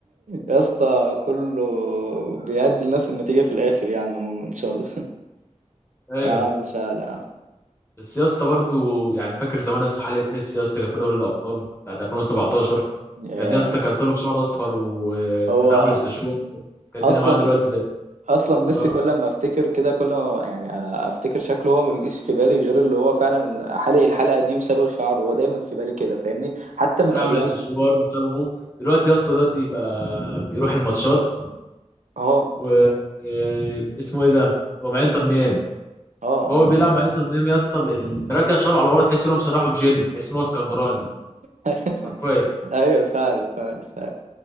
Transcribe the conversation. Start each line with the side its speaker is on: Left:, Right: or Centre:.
Right: يا اسطى كله بيأدي لنفس النتيجه في الاخر يعني عموما ان شاء الله
Left: ايوه
Right: يا عم سهل يا عم
Left: بس يا اسطى برضه يعني فاكر زمان يا اسطى حالة ميسي يا اسطى كان في دوري الابطال بتاعت 2017
Right: ياه.
Left: كان يا اسطى كان صابغ شعر اصفر وكان
Right: هو
Left: عامل استشوار كان الدنيا
Right: اصلا
Left: معاه دلوقتي زي
Right: اصلا ميسي
Left: اه
Right: كل ما افتكر كده كل ما يعني افتكر شكله هو ما بيجيش في بالي غير اللي هو فعلا حالق الحلقه دي وصابغ شعره هو دايما في بالي كده فاهمني حتى من
Left: كان عامل
Right: ايام
Left: استشوار وصابغه دلوقتي يا اسطى دلوقتي بقى بيروح الماتشات
Right: اه
Left: و آه، اسمه ايه ده هو مع انتر ميامي
Right: اه اه
Left: وهو بيلعب مع انتر ميامي يا اسطى ال- مرجع شعره على ورا تحس ان هو مسرحه بجل تحس ان هو اسكندراني
Right: <laughs>
Left: حرفيا
Right: ايوه فعلا فعلا فعلا